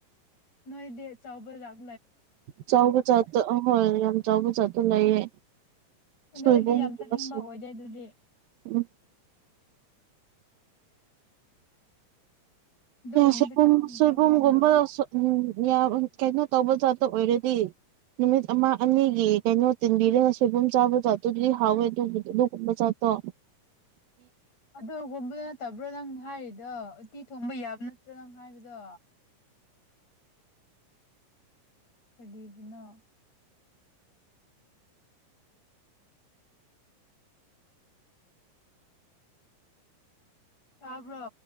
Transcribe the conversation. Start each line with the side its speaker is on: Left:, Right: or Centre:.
Left: ꯅꯣꯏ ꯗꯦ ꯆꯥꯎꯕꯔ ꯂꯥꯛ
Right: ꯆꯥꯎꯕ ꯆꯖꯠꯇꯣ ꯑꯍꯣꯏ ꯌꯥꯝ ꯆꯥꯎꯕ ꯆꯖꯥꯠꯇꯣ ꯂꯩꯌꯦ
Left: ꯑꯗꯨ
Right: ꯁꯣꯏꯕꯨꯝꯒꯨꯝꯕꯁꯨ
Left: ꯑꯩꯗꯤ ꯌꯥꯝ ꯆꯠꯅꯤꯡꯕ ꯑꯣꯏꯗꯦ ꯑꯗꯨꯗꯤ
Right: ꯎꯝ
Left: ꯑꯗꯨꯒꯨꯝꯕꯗꯤ
Right: ꯁꯣꯏꯕꯨꯝ
Left: ꯇꯥꯡꯕ꯭ꯔꯣ
Right: ꯁꯣꯏꯕꯨꯝꯒꯨꯝꯕ
Left: ꯍꯣꯡꯕ꯭ꯔꯣ
Right: ꯎꯝ ꯌꯥꯝ ꯀꯩꯅꯣ ꯇꯧꯕ ꯖꯥꯠꯇ ꯑꯣꯏꯔꯗꯤ ꯅꯨꯃꯤꯠ ꯑꯃ ꯑꯅꯤꯒꯤ ꯀꯩꯅꯣ ꯇꯤꯟꯕꯤꯔꯒ ꯁꯣꯏꯕꯨꯝ ꯆꯥꯕ ꯥꯠꯇꯨꯗꯤ ꯍꯥꯎꯋꯦ ꯑꯗꯨꯕꯨꯗꯤ ꯑꯗꯨꯒꯨꯝꯕ ꯥꯠꯇꯣ
Left: ꯑꯗꯨꯗ ꯍꯣꯕꯗꯣ ꯅꯠꯇꯕ꯭ꯔꯣ ꯅꯪ ꯍꯥꯏꯔꯤꯗꯣ ꯎꯠꯇꯤ ꯊꯣꯡꯕ ꯌꯥꯕ ꯅꯠꯇ꯭ꯔꯣ ꯅꯪ ꯍꯥꯏꯕꯗꯣ ꯀꯔꯤꯕꯅ ꯇꯥꯕ꯭ꯔꯣ